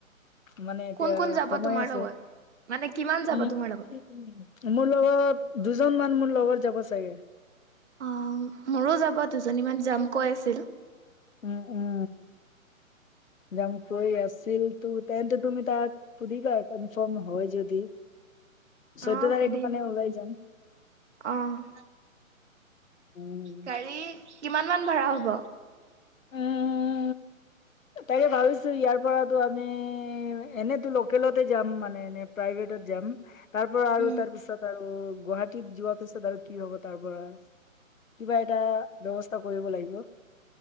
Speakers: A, on the left; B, on the right.
A: মানে এতিয়া
B: কোন কোন যাবা
A: সময়
B: তোমাৰ
A: আছে
B: লগত? মানে কিমান
A: <unintelligible>
B: যাবা তোমাৰ লগত?
A: মোৰ লগত, দুজন মান মোৰ লগত যাব চাগে।
B: অ', মোৰো যাব, দুজনী মান যাম কৈ আছিল।
A: উম উম
B: <inaudible>
A: যাম কৈ আছিল, ত' তেন্তে তুমি তাক সুধিবা আক' কনফাৰ্ম হয় যদি। চৈধ্য
B: অ',
A: তাৰিখ
B: সুধিম
A: মানে ওলাই যাম।
B: অ'।
A: উম,
B: গাড়ী, কিমান মান ভাড়া হ'ব?
A: উম তাকে ভাবিছোঁ, ইয়াৰ পৰাতো আমি এনেতো লোকেলতে যাম মানে এনে প্ৰাইভেটত যাম, তাৰ পৰা আৰু
B: উম।
A: তাৰপিছত আৰু গুৱাহাটীত যোৱা পিছত আৰু কি হ'ব তাৰ পৰা? কিবা এটা ব্যৱস্থা কৰিব লাগিব।